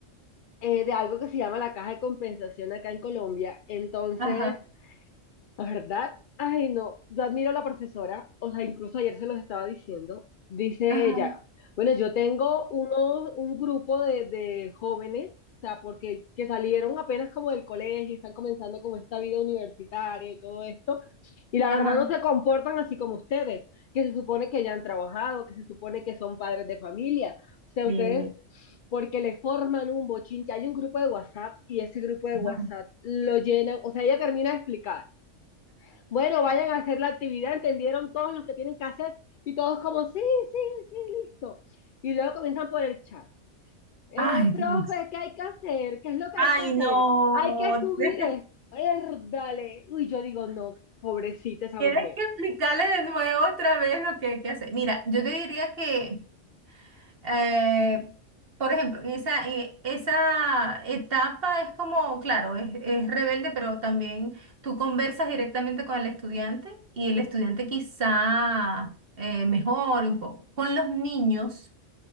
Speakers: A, on the left; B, on the right.
A: eh, de algo que se llama la caja de compensación acá en Colombia. Entonces,
B: Ajá,
A: ¿Verdad? Ay, no, yo admiro a la profesora, o sea, incluso ayer se los estaba diciendo, dice
B: ajá,
A: ella, bueno, yo tengo uno, un grupo de, de jóvenes, o sea, porque que salieron apenas como del colegio, y están comenzando como esta vida universitaria y todo esto, y la
B: ajá.
A: verdad no se comportan así como ustedes, que se supone que ya han trabajado, que se supone que son padres de familia, o sea,
B: Sí,
A: ustedes... porque le forman un bochinche, hay un grupo de WhatsApp y ese grupo de
B: ajá.
A: WhatsApp lo llenan, o sea, ella termina de explicar bueno, vayan a hacer la actividad, entendieron todos los que tienen que hacer y todos como, sí, sí, sí, listo. Y luego comienzan por el chat. Eh,
B: Ay,
A: profe,
B: Dios.
A: ¿qué hay que hacer? ¿Qué es lo que
B: Ay,
A: hay que hacer?
B: no.
A: Hay que subir
B: <laughs>
A: esto. Dale. Uy, yo digo, no, pobrecita esa
B: Tienes
A: mujer.
B: que explicarle de nuevo otra vez lo que hay que hacer. Mira, yo te diría que, eh, por ejemplo, en esa, eh, esa etapa es como, claro, es, es rebelde, pero también tú conversas directamente con el estudiante y el estudiante quizá eh, mejore un poco. Con los niños.